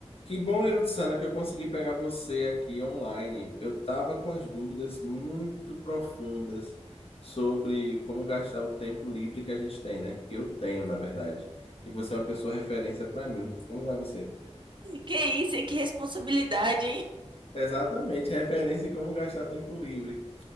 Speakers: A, on the left; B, on the right.
A: Que bom, Irutsana, que eu consegui pegar você aqui online. Eu estava com as dúvidas muito profundas sobre como gastar o tempo livre que a gente tem, né? Que eu tenho, na verdade. E você é uma pessoa referência para mim. Como vai você?
B: Que isso, hein? Que responsabilidade, hein?
A: Exatamente, referência em como gastar tempo livre.